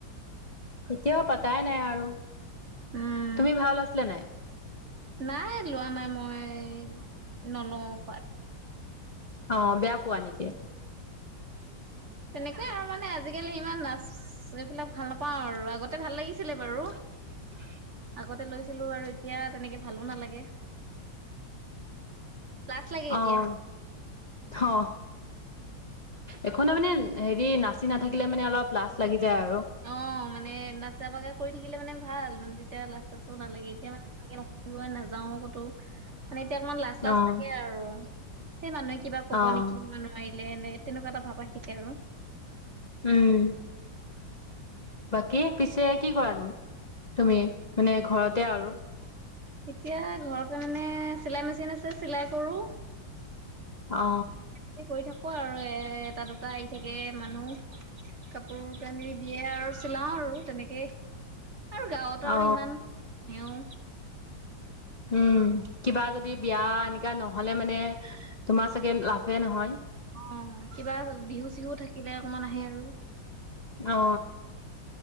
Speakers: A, on the left; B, on the right.
A: এতিয়াও পাতাই নাই আৰু।
B: উম
A: তুমি ভাল আছিলা নাই।
B: নাই লোৱা নাই মই নলওঁ পাত।
A: অ বেয়া পোৱা নেকি?
B: তেনেকুৱাই আৰু মানে আজিকালি ইমান নাচ এইবিলাক ভাল নাপাওঁ আৰু আগতে ভাল লাগিছিলে বাৰু।
A: <unintelligible>
B: আগতে লৈছিলোঁ আৰু এতিয়া তেনেকে ভালোঁ নালাগে। লাছ লাগে
A: অ',
B: এতিয়া।
A: অ এখনে মানে হেৰি নাচি নাথাকিলে মানে অলপ লাচ লাগি যায় আৰু।
B: অ মানে নাচা বাগা কৰি থাকিলে মানে ভাল মানে তেতিয়া লাচ চাচো নালাগে এতিয়া মানে তেনেকে ন নাযাওঁ কতোঁ। মানে এতিয়া অকমান লাজ লাজ
A: অহ
B: লাগে আৰু। সেই মানুহে কিবা ক'ব
A: অহ
B: নেকি নোৱাৰিলে এনে তেনেকুৱা এটা ভাৱ আহি থাকে আৰু।
A: উম। বাকী পিছে কি কৰানো তুমি মানে ঘৰতে আৰু?
B: এতিয়া ঘৰতে মানে চিলাই মেচিন আছে চিলাই কৰোঁ।
A: অ।
B: তাকে কৰি থাকোঁ আৰু এ এটা দুটা আহি থাকে মানুহ। কাপোৰ কানি দিয়ে আৰু চিলাও আৰু তেনেকেই। আৰু গাঁৱত আৰু
A: অ
B: ইমান নেও
A: উম কিবা যদি বিয়া এনেকা ন নহ'লে মানে তোমাৰ চাগে লাভে নহয়।
B: অ কিবা বিহু চিহু থাকিলে অকমান আহে আৰু।
A: অ